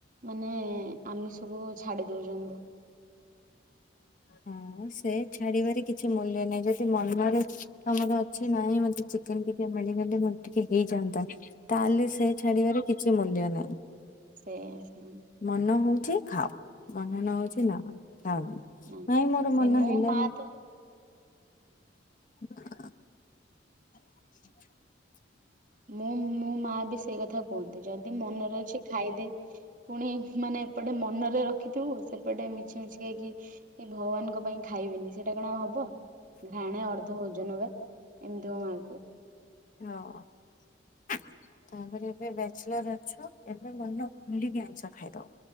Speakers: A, on the right; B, on the left.
A: ମାନେ ଆମିଷବୁ ଛାଡି ଦଉଛନ୍ତି।
B: ହଁ ସେ ଛାଡିବାରେ କିଛି ମୂଲ୍ୟ ନାହିଁ ଯଦି ମନରେ ତମର ଅଛି ନାହିଁ ମ ଚିକେନ୍ ଫିକେନ୍ ମିଳିଗଲେ ହୁଅ ଟିକେ ହେଇଯାଆନ୍ତା ତାହେଲେ ସେ ଛାଡିବାରେ କିଛି ମୂଲ୍ୟ ନାହିଁ।
A: ସେୟା ସେୟା।
B: ମନ ହୋଉଛି ଖାଅ ମନ ନ ହୋଉଛି ନା ଖାଅନି।
A: ନାଇ
B: ନାଇଁ ମୋର
A: ସେ
B: ମନ
A: ମୋ
B: ହେଲାନି
A: ମା ତ
B: <inaudible> <inaudible>
A: ମୁଁ ମୋ ମା ବି ସେଇ କଥା କୁହନ୍ତି ଯଦି ମନରେ ଅଛି ଖାଇଦେ। ପୁଣି ମାନେ ଏପଟେ ଏପଟେ ମନରେ ରଖିଥିବୁ ସେପଟେ ମିଛି ମିଛି କି ଏ ଭଗବାନଙ୍କ ପାଇଁ ଖାଇବିନି ସେଇଟା କଣ ଆଉ ହବ ଘାଣେ ଅର୍ଧ ଭୋଜନ ବା ଏମିତି ମୋ ମାଆ କୁହେ।
B: ତାପରେ ଏବେ ବେ ବ୍ୟାଚଲର୍ ଅଛ ଏବେ ମନ ଖୋଲିକି ଆଇଁଷ ଖାଇଦବ।